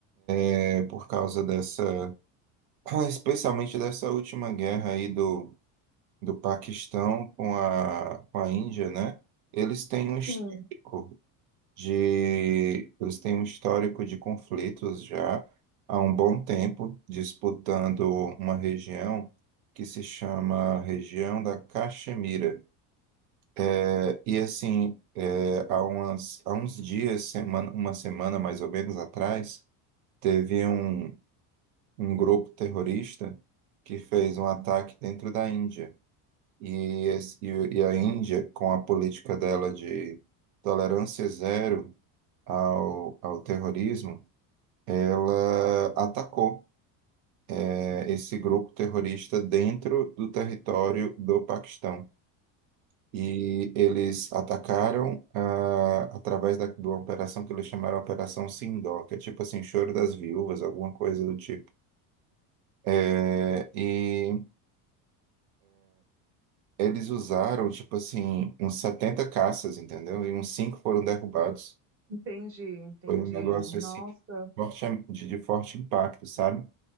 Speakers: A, on the right; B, on the right.
A: é, por causa dessa, <clears throat> especialmente dessa última guerra aí do do Paquistão com a, com a Índia, né? Eles têm um histórico
B: sim,
A: de, eles têm um histórico de conflitos já há um bom tempo, disputando uma região que se chama região da Caxemira. É, E assim, é, há umas, há uns dias, semana, uma semana mais ou menos atrás, teve um, um grupo terrorista que fez um ataque dentro da Índia. E, es- e, e a Índia, com a política dela de tolerância zero ao, ao terrorismo, ela atacou eh, esse grupo terrorista dentro do território do Paquistão. E eles atacaram ah, através da, de uma operação que eles chamaram Operação Sindor, que é tipo assim, Choro das Viúvas, alguma coisa do tipo. Eh, e eles usaram, tipo assim, uns 70 caças, entendeu? E uns cinco foram derrubados.
B: entendi, entendi.
A: Foi um negócio
B: Nossa,
A: assim, forte, de, de forte impacto, sabe?